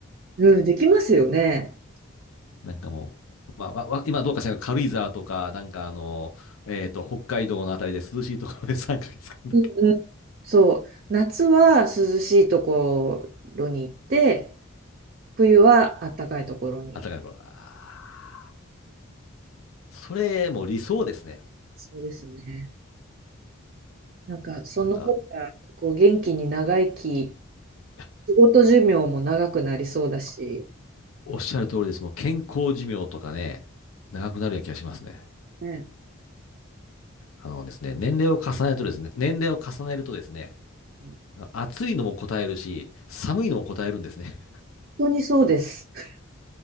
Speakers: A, on the right (about 45°); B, on the left (about 80°).
A: うん、できますよね。
B: なんかもう、まあ、わわ今どうかしらんけど、軽井沢とか、なんかあの、えっと、北海道のあたりで涼しいところで3ヶ月間だけ。
A: うんうん。そう。夏は涼しいところに行って、冬は暖かいところに。
B: 暖かいところ。あーそれもう理想ですね。
A: そうですね。なんか、その方が、
B: なんか、
A: こう、元気に長生き、
B: いや
A: 仕事寿命も長くなりそうだし、
B: おっしゃる通りです。もう健康寿命とかね、長くなるような気がしますね。
A: ね
B: あのですね、年齢を重ねるとですね、年齢を重ねるとですね、
A: うん
B: 暑いのも答えるし、寒いのも答えるんですね。
A: 本当にそうです。<laughs>